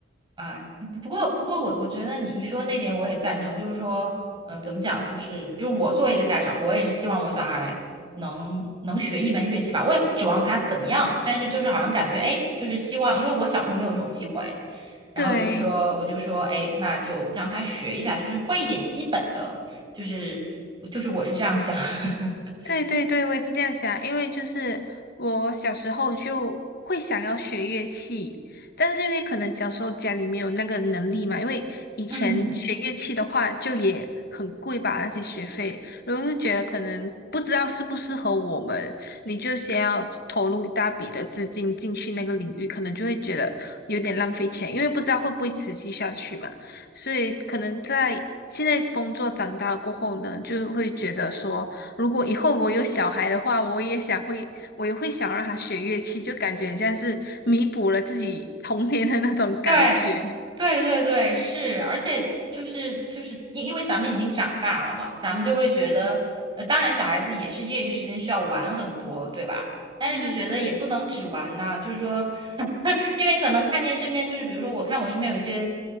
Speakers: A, on the right; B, on the left.
A: 啊。不过，不过我我觉得你你说的那点我也赞成，就是说，嗯、怎么讲，就是就是我作为一个家长，我也是希望我小孩能能学一门乐器吧，我也不指望他怎么样，但是就是好像感觉，哎，就是希望，因为我小时候没有这种机会，然后我就说，
B: 对，
A: 我就说，哎，那就让他学一下，就是会一点基本的，就是就是我是这样想。<laughs>
B: 对对对，我也是这样想，因为就是我小时候就会想要学乐器，但是因为可能小时候家里没有那个能力嘛，因为以前学乐器的话就也很贵吧，
A: 嗯。
B: 那些学费，然后就觉得可能不知道适不适合我们，你就先要投入一大笔的资金进去那个领域，可能就会觉得有点浪费钱，因为不知道会不会持续下去嘛，所以可能在现在工作长大了过后呢，就会觉得说。如果以后我有小孩的话，我也想会，我也会想让他学乐器，就感觉很像是弥补了自己童年的那种感觉。
A: 对，对对对，是，而且就是就是因因为咱们已经长大了嘛，咱们就会觉得，呃，当然小孩子也是业余时间需要玩很多，对吧？但是就觉得也不能只玩呐，
B: 嗯，对，
A: 就是说，<laughs> 因为可能看见身边就是，比如说我看我身边有一些，